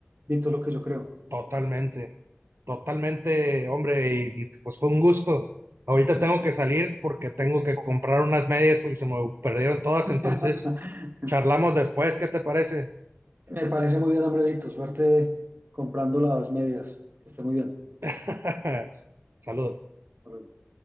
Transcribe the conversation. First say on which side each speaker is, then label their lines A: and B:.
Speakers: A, on the right (about 55°); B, on the right (about 75°).
A: Vito, lo que yo creo.
B: Totalmente, totalmente, hombre, y, y, pues fue un gusto. Ahorita tengo que salir porque tengo que comprar unas medias porque se me perdieron todas,
A: <laughs>
B: entonces charlamos después, ¿qué te parece?
A: Me parece muy bien, hombre, Vito. Suerte comprando las medias. Que esté muy bien.
B: <laughs> Saludos.
A: Hasta luego.